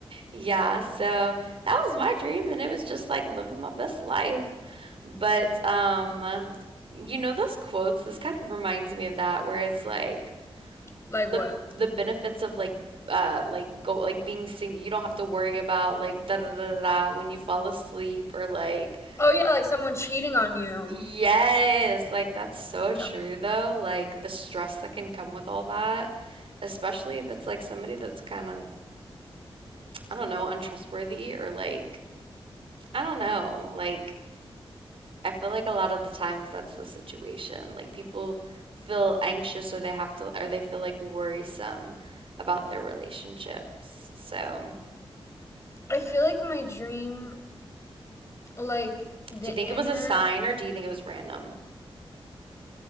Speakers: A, on the right; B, on the left.
A: Yeah, so that was my dream, and it was just like living my best life. But um, you know, those quotes, this kind of reminds me of that, where it's like
B: Like
A: the
B: what?
A: the benefits of like uh like go like being sing you don't have to worry about like da da da da da when you fall asleep or like
B: Oh yeah, like someone cheating on you.
A: Yes, like that's so
B: Yep.
A: true though. Like the stress that can come with all that, especially if it's like somebody that's kind of, I don't know, untrustworthy or like, I don't know. Like, I feel like a lot of the times that's the situation. Like people feel anxious or they have to, or they feel like worrisome about their relationships. So,
B: I feel like my dream, like the
A: do you think
B: inner,
A: it was a sign or do you think it was random?